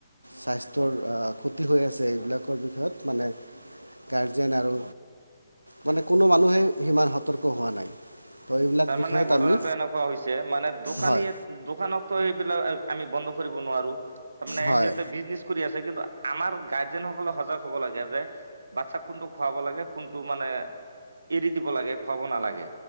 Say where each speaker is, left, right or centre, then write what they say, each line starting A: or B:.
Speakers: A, on the right; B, on the right.
A: স্বাস্থ্যৰ ক্ষতি হৈ আছে এইবিলাকৰ বিষয়ত মানে গাৰ্জেন আৰু মানে কোনো মানুহে সিমান সতৰ্ক হোৱা নাই। এইবিলাক
B: তাৰমানে
A: বিষয়ত
B: ঘটনাটো
A: আমি
B: এনেকুৱা হৈছে মানে দোকানীয়ে
A: হয়
B: দোকানক ত সেইবিলাক আমি বন্ধ কৰিব নোৱাৰোঁ তাৰ মানে
A: হয়
B: সিহঁতে বিজনিছ কৰি আছে কিন্তু আমাৰ গাৰ্জেন সকলে সজাগ হব লাগে, যে বাচ্ছাক কোনটো খোৱাব লাগে কোনটো মানে এৰি দিব লাগে খোৱাব নালাগে